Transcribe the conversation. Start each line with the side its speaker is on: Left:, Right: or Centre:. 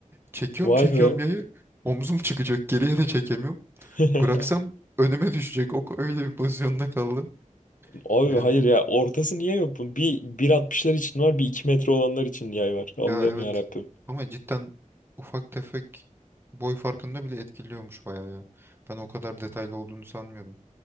Right: Çekiyorum
Left: Vay
Right: çekiyorum
Left: be.
Right: yayı. Omzum çıkacak. Geriye de çekemiyorum.
Left: <laughs>
Right: Bıraksam önüme düşecek. O öyle bir pozisyonda kaldı.
Left: Abi
Right: Yani
Left: hayır ya ortası niye yok bunun? Bir 1.60'lar için var, bir 2 metre olanlar için yay var. Allah'ım
Right: ya evet
Left: ya Rabbim.
Right: ama cidden ufak tefek boy farkında bile etkiliyormuş bayağı ya. Ben o kadar detaylı olduğunu sanmıyordum.